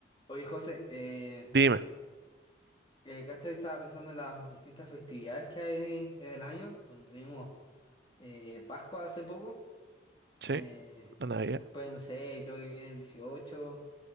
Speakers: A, on the left; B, on the right.
A: Oye, José, eh,
B: Dime,
A: eh, ¿cachai? Estaba pensando en las distintas festividades que hay en el año. Bueno, tuvimos eh, Pascua hace poco.
B: sí,
A: eh,
B: la Navidad.
A: después, no sé, creo que viene el 18,